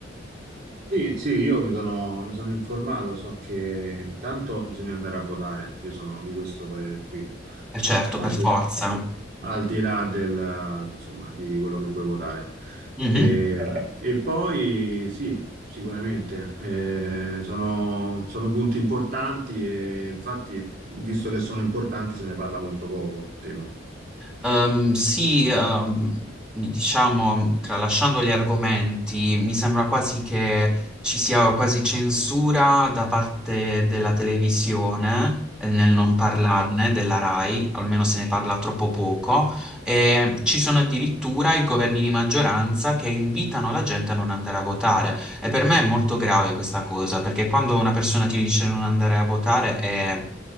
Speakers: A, on the right (about 50°); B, in the centre.
A: Sì, sì, io mi sono, mi sono informato, so che intanto bisogna andare a votare, io sono di questo parere qui,
B: Eh certo,
A: al
B: per
A: di
B: forza.
A: là, al di là del, insomma, di quello che vuoi votare.
B: Mhm.
A: E, e poi sì, sicuramente, eh, sono, sono punti importanti e infatti, visto che sono importanti, se ne parla molto poco, temo.
B: Ehm, sì, ehm, diciamo, tralasciando gli argomenti, mi sembra quasi che ci sia quasi censura da parte della televisione eh, nel non parlarne della RAI, almeno se ne parla troppo poco, e ci sono addirittura i governi di maggioranza che invitano la gente a non andare a votare. E per me è molto grave questa cosa, perché quando una persona ti dice di non andare a votare è